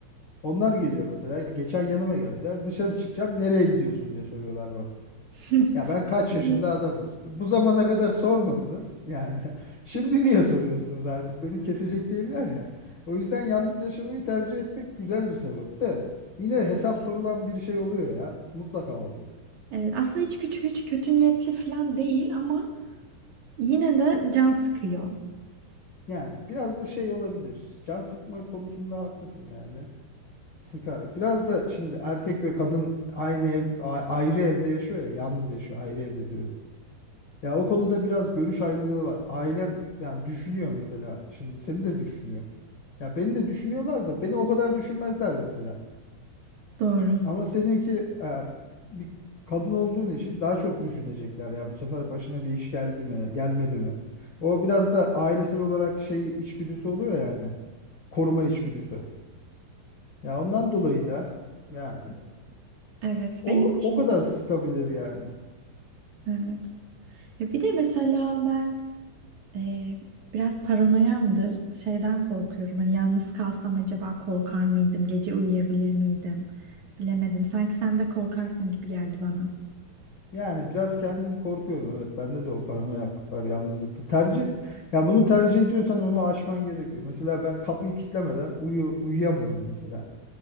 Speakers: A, on the left (about 55°); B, on the right (about 60°).
A: Onlar geliyor mesela. Geçen yanıma geldiler. Dışarı çıkacağım. Nereye gidiyorsun diye soruyorlar bana.
B: <laughs>
A: Ya ben kaç
B: Evet
A: yaşında adamım. Bu zamana kadar sormadınız. Yani <laughs> şimdi niye soruyorsunuz artık? Beni kesecek değiller ya. O yüzden yalnız yaşamayı tercih etmek güzel bir sebep de. Yine hesap sorulan bir şey oluyor ya. Mutlaka oluyor.
B: Evet, aslında hiç küçük hiç kötü niyetli falan değil ama yine de can sıkıyor.
A: Yani biraz da şey olabilir. Can sıkma konusunda haklısın yani. Sıkar. Biraz da şimdi erkek ve kadın aynı ev, a- ayrı evde yaşıyor ya. Yalnız yaşıyor. Ayrı evde diyorum. Ya o konuda biraz görüş ayrılığı var. Ailen yani düşünüyor mesela. Şimdi seni de düşünüyor. Ya beni de düşünüyorlar da beni o kadar düşünmezler mesela.
B: Doğru.
A: Ama seninki e, bir kadın olduğun için daha çok düşünecekler ya bu sefer başına bir iş geldi mi, gelmedi mi? O biraz da ailesel olarak şey içgüdüsü oluyor yani. Koruma içgüdüsü. Ya ondan dolayı da yani
B: Evet
A: o
B: benim için
A: o kadar
B: de.
A: sıkabilir yani.
B: Evet. Ya bir de mesela ben eee, biraz paranoyamdır. Şeyden korkuyorum. Hani yalnız kalsam acaba korkar mıydım? Gece uyuyabilir miydim? Bilemedim. Sanki sen de korkarsın gibi geldi bana.
A: Yani biraz kendim korkuyorum. Evet, bende de o paranoyaklık var, yalnızlıkta. Tercih ya bunu tercih ediyorsan onu aşman gerekiyor. Mesela ben kapıyı kilitlemeden uyu uyuyamıyorum mesela.